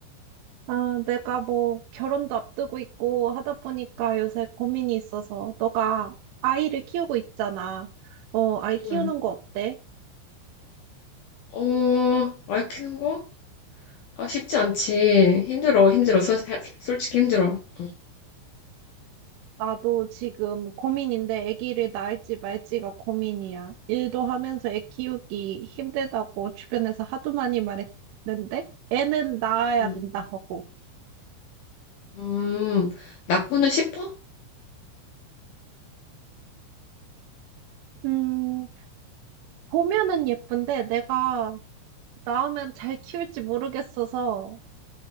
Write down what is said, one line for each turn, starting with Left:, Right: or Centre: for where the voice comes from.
Right: 아, 내가 뭐 결혼도 앞두고 있고 하다 보니까 요새 고민이 있어서 너가 아이를 키우고 있잖아. 어, 아이 키우는
Left: 응.
Right: 거 어때?
Left: 어, 아이 크는 거? 아, 쉽지 않지. 힘들어, 힘들어. 솔- 솔직히 힘들어. 응.
Right: 나도 지금 고민인데 아기를 낳을지 말지가 고민이야. 일도 하면서 애 키우기 힘들다고 주변에서 하도 많이 말했는데 애는 낳아야
Left: 응.
Right: 된다 하고.
Left: 음, 낳고는 싶어?
Right: 음, 보면은 예쁜데 내가 낳으면 잘 키울지 모르겠어서